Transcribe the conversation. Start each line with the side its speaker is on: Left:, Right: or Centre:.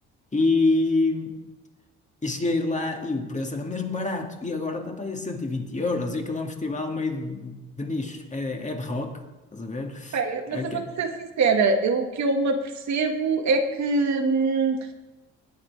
Left: E. E cheguei lá e o preço era mesmo barato. E agora está para aí a 120 euros. E aquilo é um festival meio de de nicho. É, é de rock, estás a ver?
Right: Pá, mas
Left: Ok.
Right: eu vou-te ser sincera, eu- o que eu me apercebo é que hum,